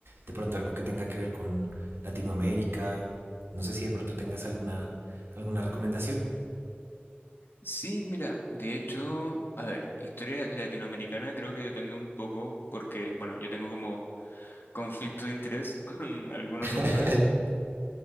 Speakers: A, on the right (about 75°); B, on the left (about 65°).
A: de pronto algo que tenga que ver con Latinoamérica. No sé si de pronto tengas alguna, alguna recomendación.
B: Sí, mira, de hecho, a ver, historia latinoamericana creo que depende un poco porque, bueno, yo tengo como conflicto de interés <laughs> con algunos
A: <laughs>
B: autores,